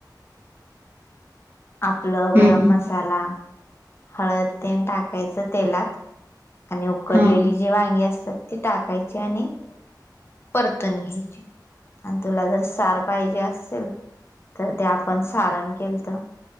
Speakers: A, on the right; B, on the left.
A: <inaudible>
B: आपलं
A: हम्म
B: गरम मसाला हळद तेनं टाकायचं तेलात आणि उकडलेली
A: हा
B: जी वांगी असतात ती टाकायची आणि परतून घ्यायची. आणि तुला जर सार पाहिजे आसेल तर ते आपण सारण केलत